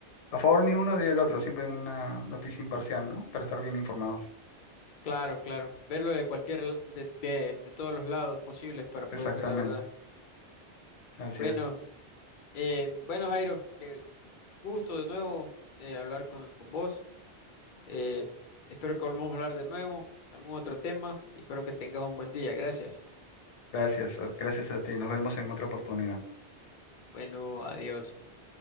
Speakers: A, on the left; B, on the left.
A: a favor ni uno ni el otro, siempre una noticia imparcial, ¿no? Para estar bien informados.
B: Claro, claro. Verlo de cualquier, de, de, de todos los lados posibles para poder
A: Exactamente,
B: ver la verdad.
A: así
B: Bueno,
A: es.
B: eh, bueno, Jairo, qué gusto de nuevo eh, hablar con, con vos. Eh, espero que volvamos a hablar de nuevo, algún otro tema, y espero que tengas un buen día. Gracias.
A: Gracias, gracias a ti. Nos vemos en otra oportunidad.
B: Bueno, adiós.